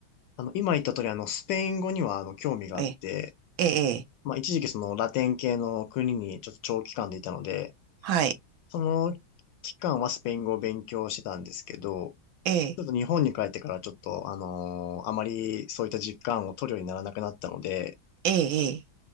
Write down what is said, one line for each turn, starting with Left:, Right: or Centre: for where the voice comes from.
Left: あの、今言った通り、あの、スペイン語には、あの、興味があって、
Right: ええ、ええ、ええ
Left: まあ、一時期そのラテン系の国にちょっと長期間でいたので、
Right: はい、
Left: その期間はスペイン語を勉強してたんですけど、
Right: ええ、
Left: ちょっと日本に帰ってからちょっと、あのーあまりそういった実感を取るようにならなくなったので、
Right: ええ、ええ